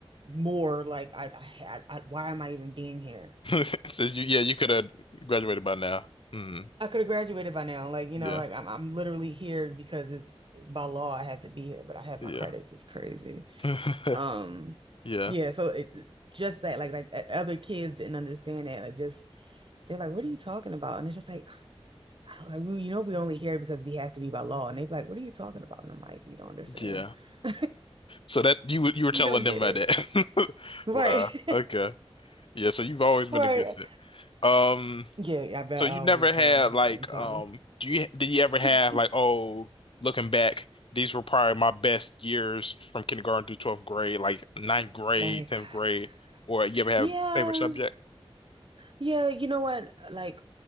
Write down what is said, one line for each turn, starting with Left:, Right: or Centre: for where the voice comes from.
Right: more like I, had, I, I why am I even being here? <laughs>
Left: <laughs> So you. Yeah. You could have graduated by now. Mm.
Right: I could have graduated by now. Like, you
Left: Yeah.
Right: know, like I'm I'm literally here because it's by law I have to be here, but I have
Left: Yeah.
Right: my credits. It's crazy.
Left: <laughs>
Right: Um,
Left: Yeah.
Right: yeah, so it just that like like o- other kids didn't understand that. Like just they're like, "What are you talking about?" And it's just like, <sighs> I don't, like we, you know, we only hear it because we have to be by law. And they're like, "What are you talking about?" And I'm like, "You don't understand.
Left: Yeah.
Right: <laughs>
Left: So that you were- you were
Right: You
Left: telling
Right: don't get
Left: them about
Right: it."
Left: that. <laughs>
Right: Right.
Left: Wow.
Right: <laughs>
Left: Okay. Yeah. So you've always been
Right: Right.
Left: against it. Um.
Right: Yeah, I bet
Left: So you
Right: I've
Left: never
Right: always
Left: had
Right: been
Left: like
Right: anti.
Left: um do you did you ever have
Right: <laughs>
Left: like oh looking back these were probably my best years from kindergarten through 12th grade like ninth grade
Right: Like,
Left: 10th grade or you
Right: <sighs>
Left: ever have
Right: yeah,
Left: favorite subject?
Right: yeah, you know what? Like,